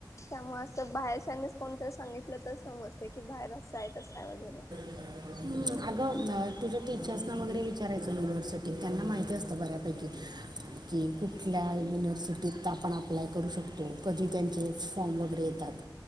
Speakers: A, on the left; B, on the right.
A: त्यामुळे असं बाहेरच्यानीच कोणतरी सांगितलं तर समजते की बाहेर असंय तसय वगैरे
B: हम् अगं तुझ्या टीचर्सनां वगैरे विचारायचं युनिव्हर्सिटीत त्यांना माहिती असतं बऱ्यापैकी की कुठल्या युनिव्हर्सिटीत आपण अप्लाय करू शकतो कधी त्यांचे फॉर्म वगैरे येतात